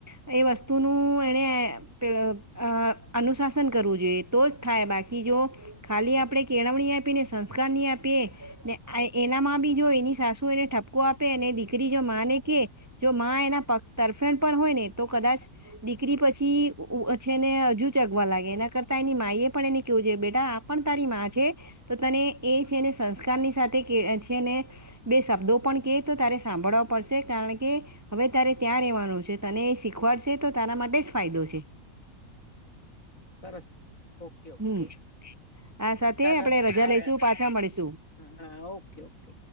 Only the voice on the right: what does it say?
એ વસ્તુનું એને પેલો અ અનુશાસન કરવું જોઈએ, તો જ થાય, બાકી જો ખાલી આપણેે કેળવણી આપીએ, ને સંસ્કાર ની આપીએ. ને આ એનામાં બી જો એની સાસુ એને ઠપકો આપે, અને દીકરી જો માં ને કે જો માં એના પગ તરફેણ પર હોયને, તો કદાચ દીકરી પછી ઉ છે ને હજુજ ચગવા લાગે, એના કરતાં એની માઈએ પણ એને કેવું જોઈએ, બેટા આ પણ તારી મા છે. તો તને એ છેને સંસ્કારની સાથે કે છે ને બે શબ્દો પણ કે, તો તારે સાંભળવા પડશે, કારણ કે હવે તારે ત્યાં રહેવાનું છે, તને એ શીખવાડશે તો તારા માટે જ ફાયદો છે.
હમ આ સાથે
આપણે રજા
લઈશું પાછા મળીશું